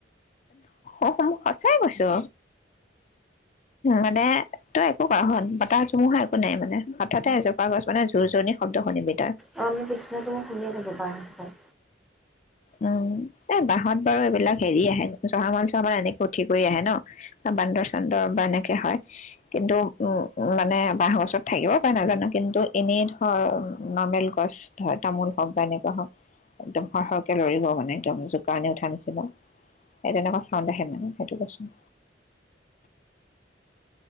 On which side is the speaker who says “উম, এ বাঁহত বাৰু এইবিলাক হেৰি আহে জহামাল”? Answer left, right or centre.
Left